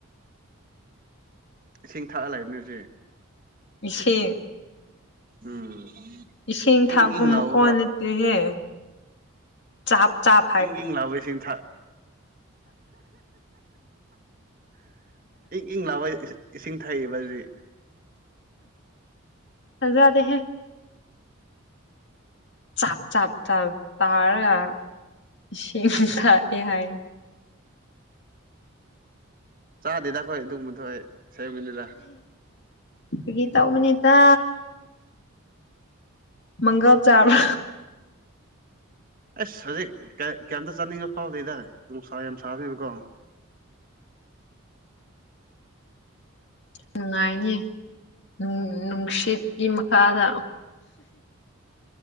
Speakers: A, on the right; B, on the left.
A: ꯏꯁꯤꯡ ꯊꯥꯛꯑꯒ ꯂꯩꯕꯅ ꯍꯧꯖꯤꯛ
B: ꯏꯁꯤꯡ
A: ꯎꯝ
B: ꯏꯁꯤꯡ
A: ꯏꯪ
B: ꯊꯥꯛꯄ
A: ꯏꯪ ꯂꯥꯎꯕꯀꯣ
B: ꯃꯈꯣꯟꯖꯤꯗꯤꯍꯦ ꯆꯞ ꯆꯞ
A: ꯏꯪ ꯏꯪ ꯂꯥꯕꯩ ꯏꯁꯤꯡ ꯊꯥꯛ ꯏꯪ ꯏꯪ ꯂꯥꯎꯕ ꯏ ꯏꯁꯤꯡ ꯊꯛꯏꯕꯖꯤ
B: ꯐꯖꯥꯗꯦ ꯍꯦ ꯆꯞ ꯆꯞ ꯆꯞ ꯇꯔꯒ ꯆꯁꯤꯡ ꯊꯛꯑꯦ ꯍꯥꯏ
A: ꯆꯥꯗꯦꯗ ꯑꯈꯣꯏ ꯑꯗꯨꯒꯕꯗꯣꯏ ꯁꯔꯃꯤꯗ
B: ꯐꯒꯤ ꯇꯧꯕꯅꯤꯗ ꯃꯪꯒꯜ ꯆꯥꯕ
A: ꯑꯁ ꯍꯧꯖꯤꯛ ꯀꯩ ꯀꯩꯝꯇ ꯆꯥꯅꯤꯡꯕ ꯐꯥꯎꯗꯦꯗ ꯅꯨꯡꯁꯥ ꯌꯥꯝ ꯁꯥꯕꯅꯤꯅꯀꯣ
B: ꯅꯨꯡꯉꯥꯏꯅꯤ ꯅꯨꯡ ꯅꯨꯡꯁꯤꯠꯀꯤ ꯃꯈꯥꯗ